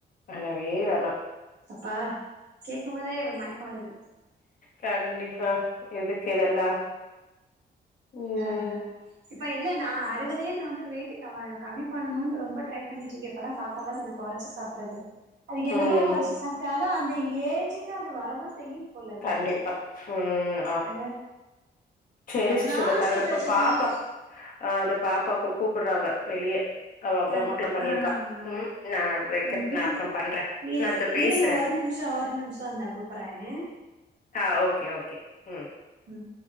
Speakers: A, on the left (about 50°); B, on the right (about 75°).
A: ஆனவே வேணாம்
B: அப்பா கேக்குபோதே ஒரு மயக்கம் வருது
A: கண்டிப்பா எதுக்கு இதெல்லாம் ம்
B: அதான் இப்ப இல்லனா அறுவதே நான் வந்து வெயிட்டு கம்மி பண்ணணும்னு ரொம்ப ட்ரை பண்ணிட்டு இருக்கே இப்பல்லே சாப் பல்லாம் கொஞ்சம் கொறைச்சி சாப்டுறது அது என்னதான்
A: ம்
B: கொறைச்சு சாப்ட்டாலும் அந்த ஏஜுக்கு அது வரதான் செய்யும் போல வெயிட்டு
A: கண்டிப்பா ம் ம்
B: ஆ
A: செரி
B: ரொம்ப
A: சிஸ்டர்
B: நாள்
A: இத பாருங்க
B: சேத்து
A: இப்ப
B: வச்சதெல்லா
A: பாப்பா ஆ அத பாப்பா கூப்றாங்க வெளிய அவத
B: ஆ
A: அம்மாக்கெல்லாம் பண்ணியிருக்கா
B: ஆ ஆ ஆ
A: ம் நான் வைக்கிறேன்
B: ம்
A: நான் அப்றம் பண்றேன்
B: இ
A: நான் பேசுறேன்
B: இருங்க ஒரு நிமிஷோ ஒரு நிமிஷம் இந்தா கூப்பறேன்
A: ஆ ஓகே ஓகே ம்
B: ம்